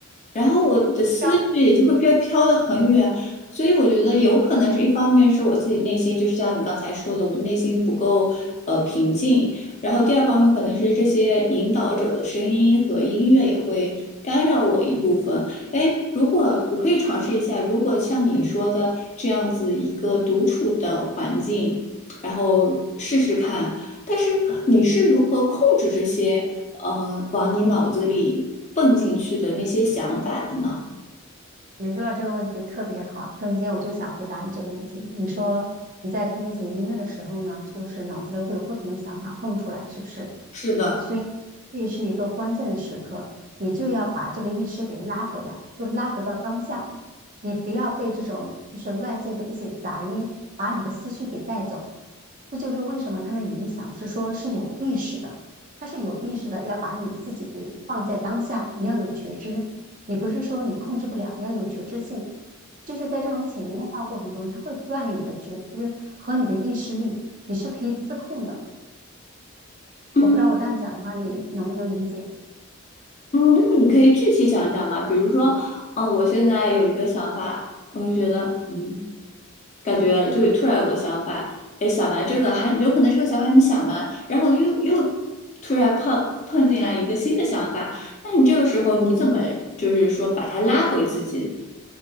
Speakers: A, on the left; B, on the right.
A: 然后我的思绪也就会飘飘得很远，
B: 是啊
A: 所以我觉得有可能是一方面是我自己内心，就是像你刚才说的，我的内心不够呃平静，然后第二方面可能是这些引导者的声音和音乐也会干扰我一部分。哎，如果我可以尝试一下，如果像你说的这样子一个独处的环境，然后试试看。但是你是如何控制这些呃，往你脑子里蹦进去的那些想法的呢？
B: 你说到这个问题特别好，中间我就想回答你这个问题。你说你在听那些音乐的时候呢，就是脑子里会有不同的想法蹦出来，是不是？
A: 是的，
B: 所以这是一个关键的时刻，你就要把这个意识给拉回来，就拉回到当下。你不要被这种就是外界的一些杂音把你的思绪给带走。这就是为什么他们冥想是说是有意识的。他是有意识的，要把你自己给放在当下，你要有觉知，你不是说你控制不了，你要有觉知性。就是在这种潜移默化过程中，它会锻炼你的觉知和你的意识力，你是可以自控的。
A: 嗯
B: 我不知道我这样讲的话，你能不能理解？
A: 嗯，那你可以具体讲一讲吗？比如说，嗯、我现在有一个想法，我就觉得，嗯，感觉就突然有个想法，哎，想完这个还有可能这个想法还没想完，然后又又突然碰碰进来一个新的想法，那你这个时候你怎么就是说把它拉回自己？